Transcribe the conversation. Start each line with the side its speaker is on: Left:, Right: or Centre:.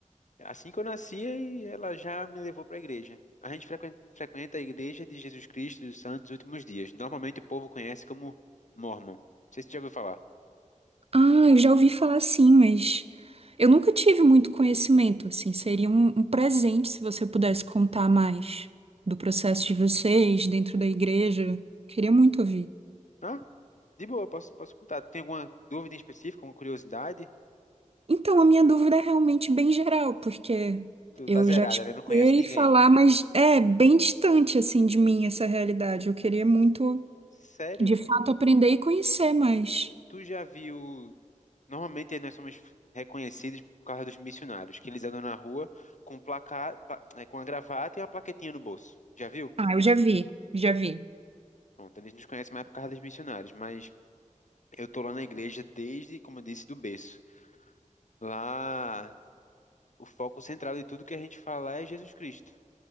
Left: Assim que eu nasci, e ela já me levou pra igreja. A gente frequen- frequenta a igreja de Jesus Cristo dos Santos dos Últimos Dias. Normalmente o povo conhece como Mormon. Não sei se você já ouviu falar.
Right: Ah, eu já ouvi falar sim, mas eu nunca tive muito conhecimento, assim. Seria um, um presente se você pudesse contar mais do processo de vocês dentro da igreja. Queria muito ouvir.
Left: Ah, de boa, posso, posso contar. Tem alguma dúvida em específico, alguma curiosidade?
Right: Então, a minha dúvida é realmente bem geral, porque
Left: Tu
Right: eu
Left: tá zerada,
Right: já escutei
Left: né? Não conhece ninguém.
Right: falar, mas é bem distante, assim, de mim essa realidade. Eu queria muito,
Left: Sério?
Right: de fato, aprender e conhecer mais.
Left: Tu já viu Normalmente nós somos reconhecidos por causa dos missionários, que eles andam na rua com placa, pla- é, com a gravata e uma plaquetinha no bolso. Já viu?
Right: Ah, eu já vi, já vi.
Left: Pronto, eles nos conhecem mais por causa dos missionários, mas eu tô lá na igreja desde, como eu disse, do berço. Lá, o foco central de tudo que a gente fala é Jesus Cristo.